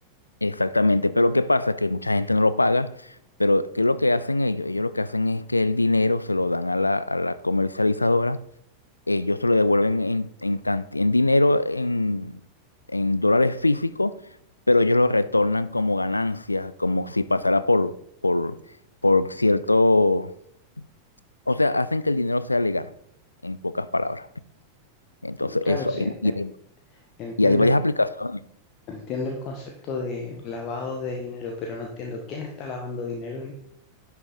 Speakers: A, on the left; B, on the left.
A: Exactamente, pero ¿qué pasa? Que mucha gente no lo paga, pero ¿qué es lo que hacen ellos? Ellos lo que hacen es que el dinero se lo dan a la, a la comercializadora ellos te lo devuelven en, en, canti- en dinero, en, en dólares físicos, pero ellos lo retornan como ganancias, como si pasara por, por, por cierto, o sea, hacen que el dinero sea legal, en pocas palabras. Entonces,
B: Claro,
A: eso,
B: sí,
A: hay-
B: eh,
A: y hay,
B: entiendo,
A: y hay varias aplicaciones.
B: Entiendo el concepto de lavado de dinero, pero no entiendo quién está lavando dinero ahí.